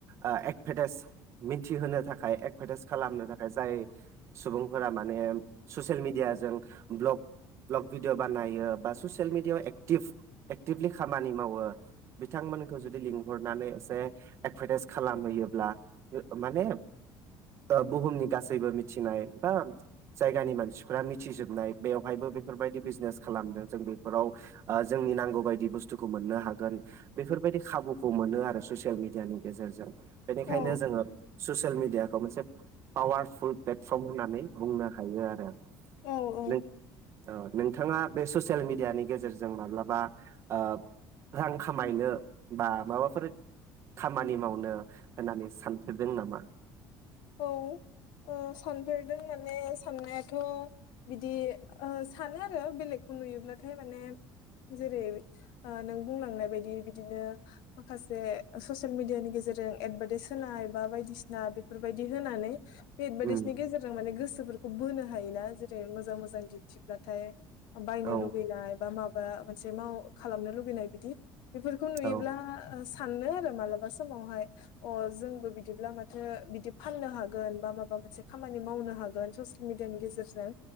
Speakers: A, on the right; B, on the left.
A: ओ <unintelligible> मिन्थिहोनो थाखाय <unintelligible> खालामनो थाखाय जाय सुबुंफोरा माने ससियेल मिडियाजों भ्लग भ्लग भिडिअ बानायो बा ससियेल मिडियायाव एक्टिभ एक्टिभलि खामानि मावो बिथांमोनखौ जुदि लिंहरनानै एसे एडभारटाइस खालामहैयोब्ला माने ओ बुहुमनि गासैबो मिथिनाय बा जायगानि मानसिफ्रा मिथिजोबनाय बेवहायबो बिफोर बायदि बिजनेस खालामदों जों बिफोराव ओ जोंनि नांगौ बामदि बोस्तोखौ मोननो हागोन बि बेफोरबायदि खाबुखौ मोनो आरो ससियेल मिडियानि गेजेरजों बेनिखायनो
B: औ
A: जोङो ससियेल मि मिडयाखौ मोनसे पावारफुल प्लेटफर्म होननानै बुंनो हायो आरो
B: औ औ
A: नों ओ नोंथाङा बे ससियेल मिडियानि गेजेरजों माब्लाबा ओ रां खामायनो बा माबाफोर खामानि मावनो होननानै सानफेरदों नामा
B: औ ओ सानफेरदों माने साननायाथ' बिदि ओ सानो आरो बेलेगखौ नुयोब्लाथाय माने जेरै ओ नों बुंलांनाय बायदि बिदिनो माखासे ससियेल मिडियानि गेजेरजों रजों एडभार्टाइस होनाय बा बायदिसिना बेफोरबायदि होनानै बे एदभार्टाइसनि
A: उम
B: गेजेरजों माने गोसोफोरखौ बोनो हायोना जेरै रै मोजां मोजां दिन्थिब्लाथाय बायनो
A: औ
B: लुुबैनाय बा माब बा मोनसे खालामनो लुबैनाय बिदि बेफोरखौ नुयोब्ला
A: औ
B: सानो आरो मालाबा समावहाय ओ जोंबो बिदिब्ला माथो बि दि फाननो हागोन बा माबा मोनसे खामानि मावनो हागोन ससियेल मिडियानि गेजेरजों